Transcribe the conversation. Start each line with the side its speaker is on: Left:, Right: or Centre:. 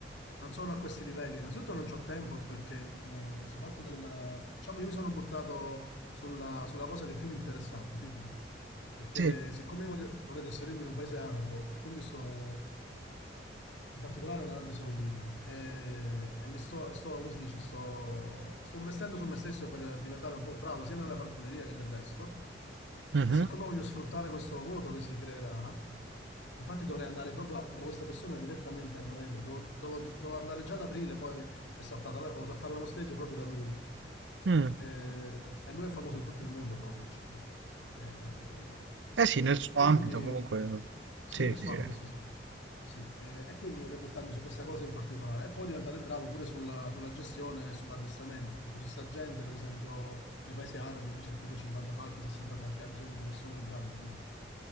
Left: Non sono a questi livelli. Innanzitutto non c'ho tempo perché eh, questo fatto della... Diciamo, io mi sono buttato sulla, sulla cosa che più mi interessava, capito? Perché
Right: Sì.
Left: siccome voglio- vorrei trasferirmi in un paese arabo, e quindi sto in particolare in Arabia Saudita, e, e mi sto, e sto, come si dice, sto, sto investendo su me stesso per diventare un po' bravo sia nella falconeria che nel resto.
Right: Mhm.
Left: E siccome voglio sfruttare questo vuoto che si creerà, infatti dovrei andare proprio a- da questa persona direttamente a novembre, dovevo dovevo gi- dovevo andare già ad aprile, poi è saltata la cosa, a fare uno stage proprio da lui.
Right: Mm.
Left: Eh, e lui è famoso in tutto il mondo proprio, diciamo. Eh,
Right: Eh sì, nel
Left: e
Right: suo
Left: quindi,
Right: ambito comunque.
Left: sì,
Right: Sì,
Left: nel
Right: sì,
Left: suo ambito,
Right: ho
Left: sì, sì. Sì, eh, e quindi vorrei buttarmi su questa cosa in particolare e poi diventare bravo pure sulla, sulla gestione e sull'addestramento, perché ci sta gente, per esempio, nei paesi arabi che c'è tipo 50 falchi, 60 falchi, ha bisogno di persone brave, capito?